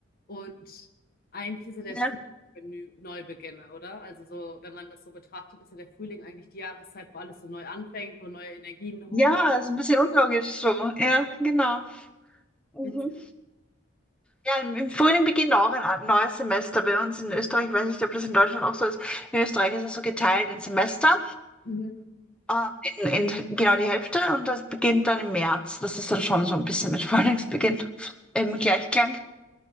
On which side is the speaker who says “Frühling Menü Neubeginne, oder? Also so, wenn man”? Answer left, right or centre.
Left